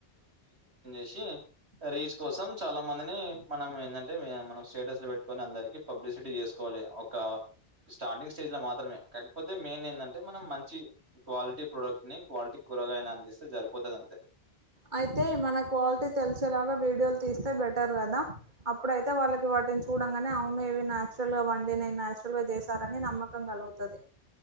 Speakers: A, on the right; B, on the right.
A: వచ్చి రీచ్ కోసం చాలా మందిని మనం ఏందంటే మనం స్టేటస్లు పెట్టుకొని అందరికీ పబ్లిక్ పబ్లిసిటీ చేసుకోవాలి ఒక స్టార్టింగ్ స్టేజ్ లో మాత్రమే కాకపోతే మెయిన్ ఎందంటే మనం మంచి క్వాలిటీ ప్రొడక్ట్ ని క్వాలిటీ కూరగాయలు అందిస్తే సరిపోతుంది అంతే
B: అయితే మన క్వాలిటీ తెలిసేలాగా వీడియోలు తీస్తే బెటర్ కదా అప్పుడైతే వాళ్ళకి చూడంగానే అవును ఇవి న్యాచురల్ గా పండినై న్యాచురల్ గా చేశారని నమ్మకం కలుగుతుంది